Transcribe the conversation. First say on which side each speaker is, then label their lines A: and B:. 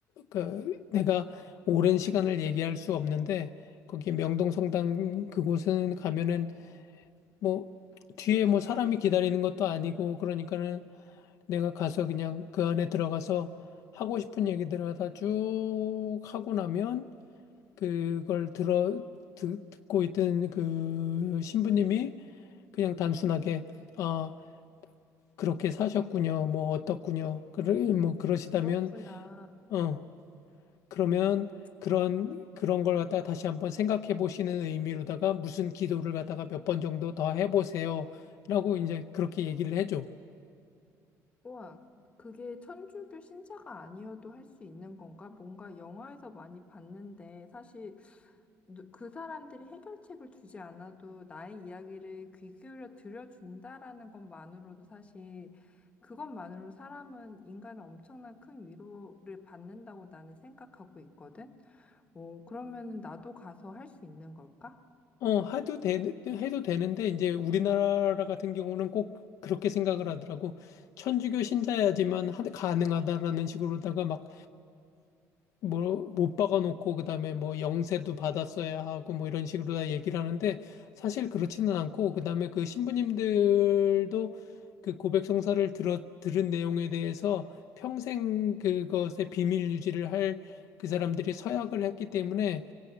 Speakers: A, on the left; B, on the left.
A: 그 내가 오랜 시간을 얘기할 수 없는데 거기 명동성당 그곳은 가면은 뭐 뒤에 뭐 사람이 기다리는 것도 아니고 그러니까는 내가 가서 그냥 그 안에 들어가서 하고 싶은 얘기들 하다 쭉 하고 나면 그걸 들어 듣- 듣고 있던 그 신부님이 그냥 단순하게 아 그렇게 사셨군요 뭐 어떻군요 그러
B: 음,
A: 뭐 그러시다면
B: 그렇구나.
A: 어 그러면
B: 어,
A: 그런 그런 걸 갖다가 다시 한번 생각해 보시는 의미로다가 무슨 기도를 갖다가 몇 번 정도 더 해보세요라고 이제 그렇게 얘기를 해줘.
B: 우와, 그게 천주교 신자가 아니어도 할 수 있는 건가? 뭔가 영화에서 많이 봤는데, 사실 누- 그 사람들이 해결책을 주지 않아도 나의 이야기를 귀 기울여 들어준다라는 것만으로도 사실 그것만으로 사람은 인간은 엄청난 큰 위로를 받는다고 나는 생각하고 있거든. 어, 그러면은 나도 가서 할 수 있는 걸까?
A: 어, 해도 되, 해도 되는데, 이제 우리나라 같은 경우는 꼭 그렇게 생각을 하더라고. 천주교 신자야지만 하- 가능하다라는 식으로다가 막 뭐, 못 박아놓고, 그 다음에 뭐, 영세도 받았어야 하고, 뭐, 이런 식으로 다 얘기를 하는데, 사실 그렇지는 않고, 그 다음에 그 신부님들도 그 고백 성사를 들어, 들은 내용에 대해서 평생 그것의 비밀 유지를 할 그 사람들이 서약을 했기 때문에,